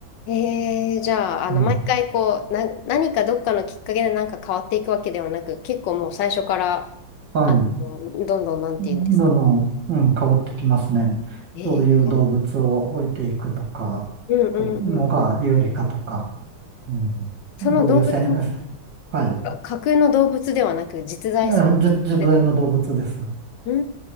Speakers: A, on the left (about 75°); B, on the right (about 65°).
A: えー、じゃあ、あの、
B: うん。
A: 毎回こう、な、何かどっかのきっかけでなんか変わっていくわけではなく、結構もう最初から、
B: はい。
A: あの、どんどんなんて言うんですか。
B: どんどん、うん、変わってきますね。
A: えー、
B: どういう動物を置いていくとか、
A: うんうんうん。
B: のが有利かとか、うん、
A: その動物の
B: どういう戦、はい、
A: あ架空の動物ではなく実在する。
B: あじ実在の動物です。
A: で、うー